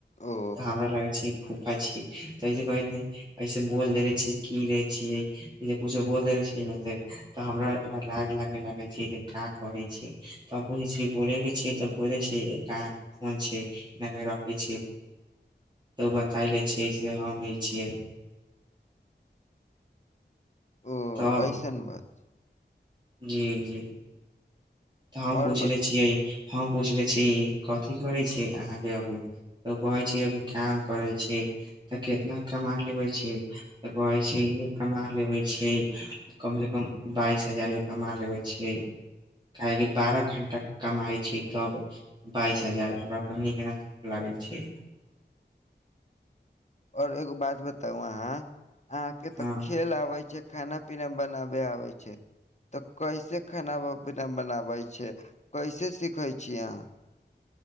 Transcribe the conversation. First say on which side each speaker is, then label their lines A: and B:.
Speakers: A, on the left; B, on the right.
A: ओ
B: त हमरा लागै छै फूफा छियै तै से कहै छै ऐसे बोल देेले छियै की रहे छियै से कुछो बोल देेले छै ने से त हमरा लाथ लागे लागै छी जे कि करे छी त पुछै छै बोले के छी त बोले छी क फोन छै रखे छ बताय ले छियै से हम ई छियै
A: ओ
B: तब,
A: ऐसन बात
B: जी जी। तऽ हम
A: और
B: पूछले
A: बत
B: छियै, हम पूछले छियै कथी करै छीयै अहाँके अभी? तऽ कहै छियै अभी काम करै छी, तऽ केखनो कमा लेवे छी, त कहे छै इे कमा लेवे छै। कम से कम बाइस हजार ल कमा लेबे छियै। काहेकि बारह घण्टा कमाइ छै तब,
A: ओ
B: बाइस हजार हमरा क के <unintelligible> लागै छै।
A: और एगो बात बताउ अहाँ, अहाँके
B: हँ
A: तऽ खेल आबे छै। खानना -पीना बनाबे आबै छै। तऽ कैसे खाना- पीना बनाबे छै, कैसे सिखे छीयै अहाँ?